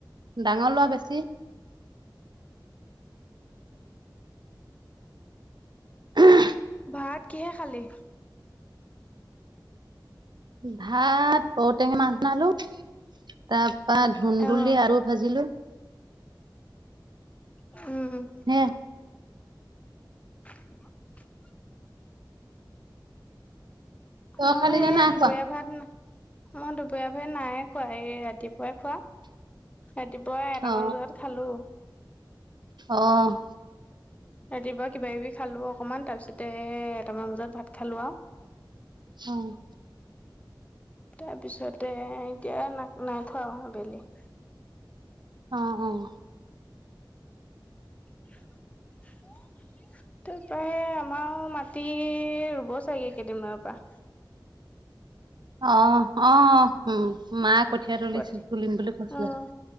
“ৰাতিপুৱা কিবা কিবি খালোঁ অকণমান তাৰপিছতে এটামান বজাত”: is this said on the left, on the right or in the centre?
Left